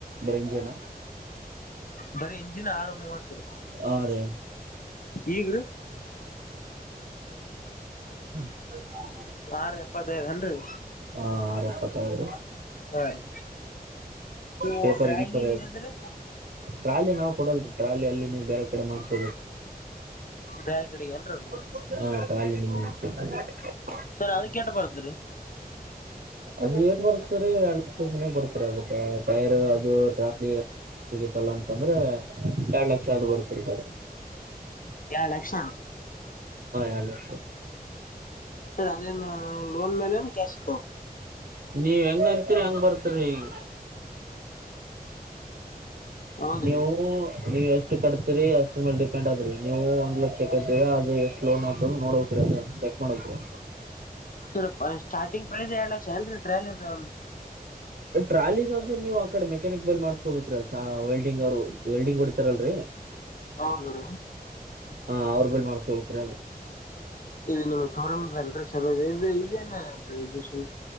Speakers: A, on the right; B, on the left.
A: ಬರಿ ಇಂಜಿನ
B: ಬರೀ ಇಂಜಿನ್ ಆರಂಭವತ್ರಿ
A: ಹಾ ರೀ
B: ಈಗ್ರೀ
A: ಹ
B: ಆಾರ ಎಪ್ಪತ್ತೈದ್ ನ್ರರಿ
A: ಹಾ ಅದಪ್ಪತ್ತದು
B: ಹಾ ರೀ ಇವು
A: ಪೇಪರ್
B: ಟ್ರಾಲಿ
A: ಗೀಪರ್
B: ಆದ್ರೆ
A: ರಾಜಿ ನಾವು ಕೊಡಲ್ ಟ್ರಾಲಿ ಅಲ್ಲಿ ನೀವು ಬೇರೆ ಕಡೆ ಮಾಡ್ಸೋ
B: ಬೇರೆ ಕಡೆಗೆ ಏನ್ರದು
A: <unintelligible>
B: ಸರಿ ಅದಕ್ಕೆೇಟ ಬರ್ತ್ರೀ
A: ಅದು ಏಗ್ ಬರ್ತರಿ ಎರಡ್ ಲಕ್ಷ ಮನಯಾಗ ಬರ್ತರಿ ಅದು ಟೈರ್ ಅದು ಟ್ರಾಲಿ ಎ ೊಳಗತ್ತಲ್ಲ ಅಂತಂದ್ರೆ ಎರಡ್ ಲಕ್ಷ ಆದ ಬರುತ್ರಿ ಈಗ
B: ಎರಡ್ ಲಕ್ಷ
A: ಎರಡ್ ಲಕ್ಷ
B: ಸ ಅದೇ ಲೋನ್ ಮೇಲೆ ಕ್ಯಾಶ್
A: ನೀವ್ ಹೆಂಗ ಅಂತೀರಿ ಹೆಂಗ ಬರ್ತರಿ ಈಗ
B: ಹೌದ್ರಿ
A: ನೀವು ನೀವು ಎಷ್ಟು ಕಟ್ತರಿ ಅಷ್ಟ ಮೇಲ್ ಡಿಪೆಂಡ್ ಆದ್ರಿ ನೀವು ಒಂದ್ ಲಕ್ಷ ಕಟ್ಟಿದರ ಅದು ಎಷ್ಟ್ ಲೋನ್ ಆಗ್ತದ್ ನೋಡ್ಬೇಕ್ರಿ ಅದ ಚೆಕ್ ಮಾಡುವಂತ್ರಿ
B: ಸರ ಸ್ಟಾರ್ಟಿಂಗ್ ಪ್ರೈಸ್ ಎರಡ್ ಲಕ್ಷ ಏನ್ರಿ ಟ್ರೈಲೀ ದವರ
A: ಟ್ರಾಲಿಗ ಅಂತು ನೀವ್ ಆ ಕಡೆ ಮೆಕಾನಿಕ್ ಬಲ್ ಮಾಡಸ್ಕೊಬೇಕ್ರಿ ವೆಲ್ಡಿಂಗ್ ಅವರು ವೆಲ್ಡಿಂಗ್ ಹೊಡಿತಾರಲ್ರರಿ
B: ಹೌದ್ರಿ
A: ಹ ಅವ್ರ ಬಲಿ ಮಾಡಸ್ಕೋಬೆಕ್ ರಿ ಅದು
B: ಇ ನಿಮ್ಮ ಸಂರಂಭದಲ್ರೀ ಚಲ ಇದು ಇದೇನನ್ ಇದು ಸ್ವಲ್ಪ